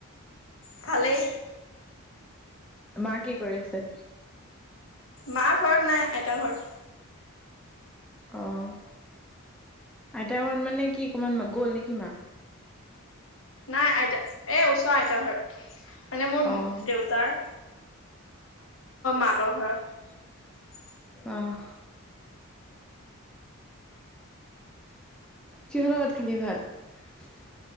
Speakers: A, on the left; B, in the centre.
A: ভালেই
B: মা, কি কৰি আছে?
A: মা ঘৰত নাই আইতা ঘৰ
B: অহ আইতা ঘৰত মানে
A: নাই আইতা, এ ওচৰ আইতা ঘৰত। মানে মোৰ
B: অঁ,
A: দেউতাৰ মাকৰ ঘৰত
B: অহ কিহৰ লগত খালি ভাত